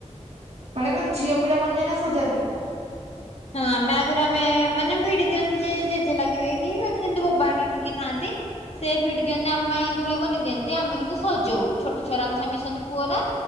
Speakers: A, on the right; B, on the left.
A: ମାନେ କଣ ଝିଅ ପିଲା ମାନେ ଯାଇନା ସଜାନ୍ତି?
B: ହଁ ଆମେ ଆଗରୁ ଆମେ ମାନେ ଭିଡି ଦିଅନ୍ତି ଯେ ଜେଜେ ଲାଗିବେ କି ମାନେ ଯେମିତି ବୋବା ହେଇକା କିଏ ଥାନ୍ତି। ସେ ଭିଡି ଦିଅନ୍ତି ଆମ ପାଇଁ ଦୋଳି ବନେଇ ଦିଅନ୍ତି ଆମେ କିନ୍ତୁ ସଜଉ ଛୋଟ ଛୁଆରା ଆମ ସାଙ୍ଗେ ମିଶନ୍ତି ପୁଅରା